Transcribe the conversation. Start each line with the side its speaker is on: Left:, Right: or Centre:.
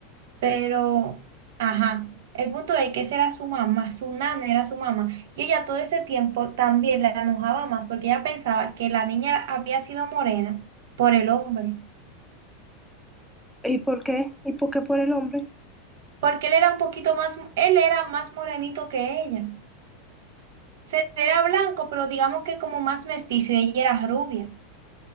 Right: Pero, ajá, el punto es que esa era su mamá, su nana era su mamá. Y ella todo ese tiempo también la enojaba más porque ella pensaba que la niña era- había sido morena por el hombre,
Centre: ¿Y por qué? ¿Y por qué por el hombre?
Right: porque él era un poquito más, él era más morenito que ella. Se- Era blanco, pero digamos que como más mestizo y ella era rubia.